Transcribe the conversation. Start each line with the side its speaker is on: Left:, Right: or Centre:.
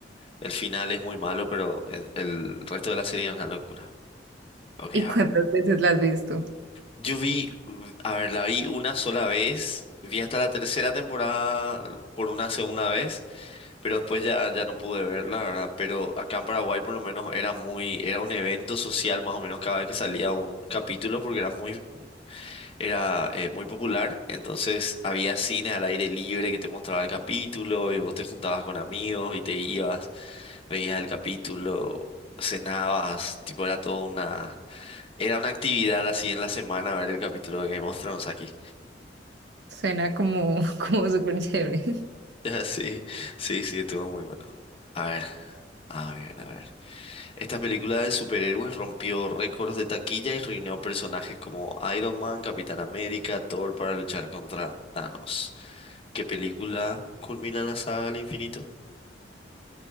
Left: el final es muy malo, pero el, el resto de la serie es una locura. Ok,
Right: ¿Y
Left: a ver.
Right: cuántas veces la has visto?
Left: Yo vi, mm, a ver, la vi una sola vez, vi hasta la tercera temporada por una segunda vez, pero después ya, ya no pude verla, ¿verdad? Pero acá en Paraguay por lo menos era muy, era un evento social más o menos cada vez que salía un capítulo porque era muy, era eh, muy popular, entonces había cine al aire libre que te mostraba el capítulo y vos te juntabas con amigos y te ibas, veías el capítulo, cenabas, tipo era toda una... Era una actividad así en la semana ver el capítulo de Game of Thrones aquí.
Right: Suena como, <laughs> como súper chévere.
Left: <laughs> Sí, sí, sí, estuvo muy bueno. A ver, a ver, a ver. Esta película de superhéroes rompió récords de taquilla y reunió personajes como Iron Man, Capitán América, Thor para luchar contra Thanos. ¿Qué película culmina la saga al infinito?